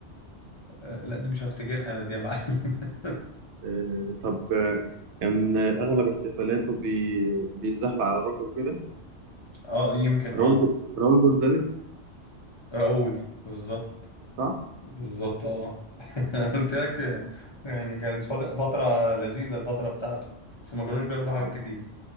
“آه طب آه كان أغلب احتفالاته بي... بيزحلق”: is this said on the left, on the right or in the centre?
Right